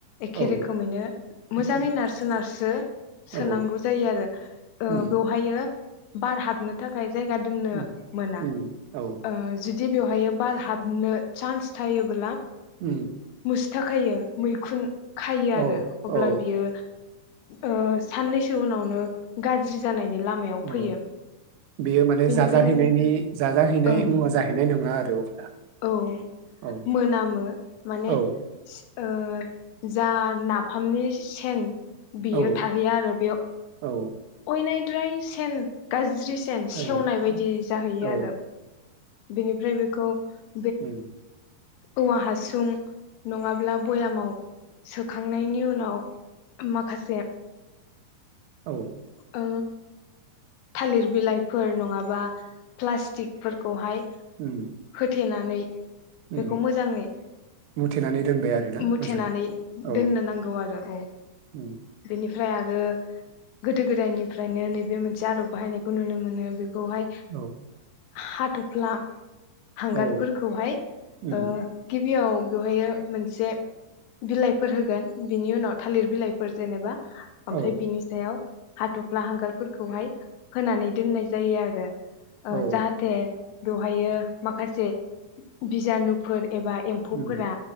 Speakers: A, on the left; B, on the right.
A: एखे
B: औ
A: रोखोमैनो
B: एखे
A: मोजाङै नारसो नारसो
B: औ
A: सोनांगौ जायो आरो
B: उम
A: बेवहायो बार हाबनो थाखाय जायगा दोननो
B: उम
A: मोना
B: उम औ
A: ओ जुदि बेवहायो बार हाबनो सान्स थायोब्ला
B: ओम
A: <unintelligible> थाखायनो मैखुन खायो
B: औ
A: आरो अब्ला
B: औ
A: बियो ओ साननैसो उनावनो गाज्रि जानायनि लामायाव
B: अ
A: फैयो
B: बेयो माने
A: बेनिखायनो
B: जाजाहैनायनि
A: बेखौ
B: जाजाहैनाय
A: ओं
B: मुवा जाहैनाय नङा आरो अब्ला
A: औ
B: औ
A: मोनामो माने
B: औ
A: ओ जा नाफामनि सेन बियो
B: औ
A: थाहैया आरो बेयाव
B: औ
A: अयनायद्राय से गाज्रि सिन
B: औ
A: सेवनाय बायदि जाहैयो
B: औ
A: आरो बेनिफ्राय बे <unintelligible>
B: होम
A: औवा हासुं नङाब्ला बयामाव सोखांनायनि उनाव माखासे
B: औ
A: ओ थालिर बिलाइफोर नङाबा प्लास्टिकफोरखौहाय
B: उम
A: देनानै
B: उम
A: बेखौ मोजाङै
B: मुथेनानै दोनबाय आरोना
A: मुथेनानै
B: मोजाङै औ
A: दोननो नांगौ आरो औ
B: उम
A: बेनिफ फ्राय आरो गोदो गोदायनिफ्रायनो नैबे मोनसे आदब बाहायनायखौ नुनो मोनो बे खौहाय
B: औ
A: हाथ'फ्ला हांगारफोरखौहाय
B: औ उम
A: ओ गिब बेयाव बेवहायो मोनसे बिलाइफोर होगोन बिनि उनाव थालिर बिलाइफोर जेनेबा
B: औ
A: ओमफ्राय बिनि सायाव हाथ'फ्ला हांगारफोरखौहाय होनानै दोननाय जायो आरो। ओ
B: औ
A: जाहाथे बेवहायो माखासे बिजानुफोर एबा एम्फौफोरा
B: उम